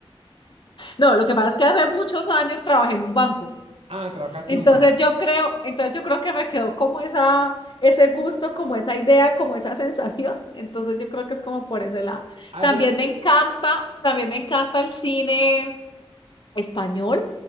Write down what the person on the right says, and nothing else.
Ah, trabajaste
en un banco.
Ah,
pero...